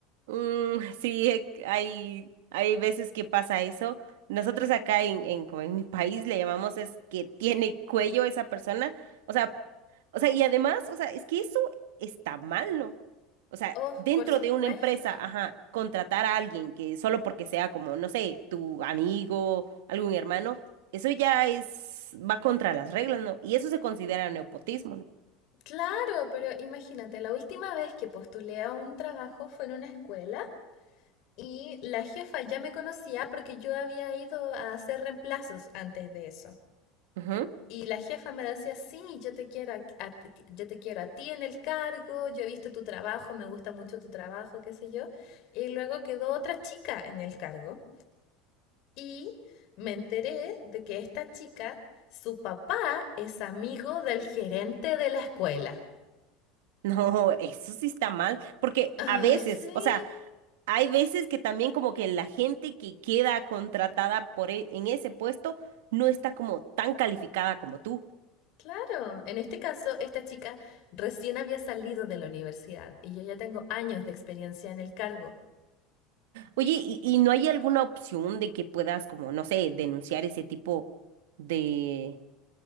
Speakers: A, on the right (about 80°); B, on the left (about 55°).
A: Mm, <laughs> sí, eh, hay, hay veces que pasa eso. Nosotros acá en, en, como en mi país le llamamos es que tiene cuello esa persona. O sea, o sea, y además, o sea, es que eso está mal, ¿no? O sea,
B: Oh,
A: dentro
B: por supuesto.
A: de una empresa, ajá, contratar a alguien que solo porque sea como, no sé, tu amigo, algún hermano, eso ya es, va contra las reglas, ¿no? Y eso se considera nepotismo, ¿no?
B: Claro, pero imagínate, la última vez que postulé a un trabajo fue en una escuela y la jefa ya me conocía porque yo había ido a hacer reemplazos antes de eso.
A: Ujú. <laughs>
B: Y la jefa me decía, sí, yo te quiero a, a- yo te quiero a ti en el cargo, yo he visto tu trabajo, me gusta mucho tu trabajo, qué sé yo. Y luego quedó otra chica en el cargo y me enteré de que esta chica, su papá es amigo del gerente de la escuela.
A: No, eso sí está mal, porque
B: Ay,
A: a veces,
B: sí,
A: o sea, Hay veces que también como que la gente que queda contratada por e- en ese puesto no está como tan calificada como tú.
B: claro. En este caso, esta chica recién había salido de la universidad y yo ya tengo años de experiencia en el cargo.
A: Oye, ¿y, y no hay alguna opción de que puedas como, no sé, denunciar ese tipo de,